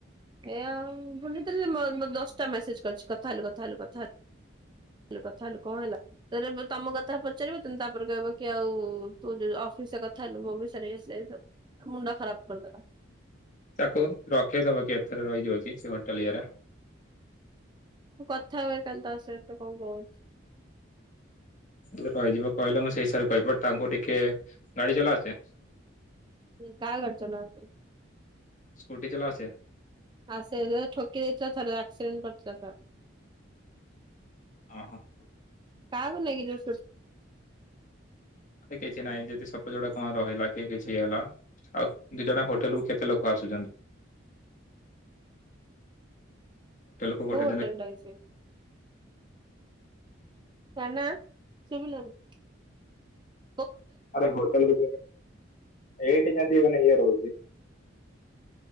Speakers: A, on the right; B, on the left.
A: ଏ ଆଉ ପୁଣି ଥରେ ଦଶଟା ମେସେଜ କରିଛି କଥା ହେଲୁ କଥା ହେଲୁ କଥା ହେଲୁ । କହିଲେ କଥା ହେଲୁ କଣ ହେଲା? ତା ତମ କଥା ପଚାରିବ ତମୁ ତାପରେ କହିବ କି ଆଉ ତୁ ଯୋଉ ଅଫିସରେ କଥା ହେଲୁ ମୋ ବିଷୟ ଇଏସିଏ । ମୁଣ୍ଡ ଖରାପ କରିଦେଲା ।
B: ତାକୁ ରଖେଇଦବ କି ଏଥର ରହିଯାଉଛି ସେ ହୋଟେଲ ଇଏରେ ।
A: କଥା ହୁଏ କାଲି ତା ସହିତ କଣ କହୁଛି ।
B: ଟିକେ ରହିଯିବ କହିଲେ ମୁଁ ସେଇ ହିସାବ କହିବିଟ ତାଙ୍କୁ ଟିକେ ଗାଡି ଚଲାଆସେ?
A: ହ କ ଘଚଲ ଆ <unintelligible>
B: ସ୍କୁଟି ଚଲା ଆସେ?
A: ଆ ସେ ଠକି ଦେଇଥିଲା ଥରେ, ଆକ୍ସିଡେଣ୍ଟ କରିଥିଲା ର
B: ଓ ହୋ ।
A: କାହାକୁ ନେଇକି ଯୋ
B: ଆରେ କିଛି ନାଇଁ ଯଦି ସପ ଯୋଡା ହଁ ରହିଲା କି କିଛି ହେଲା, ଆଉ ଦି ଜଣ ହୋଟେଲ କୁ କେତେ ଲୋକ ଆସୁଛନ୍ତି <inaudible> କୁ ଗୋଟେ
A: କୋଉ ହୋଟଲ
B: ଦିନ
A: ଟା କି ସେ? ସେନା ଶିବିଲର <unintelligible>
B: ଆରେ ହୋଟେଲ ଏଇଠ କେନ୍ତି ମାନ ଏଇ ରହୁଛି ।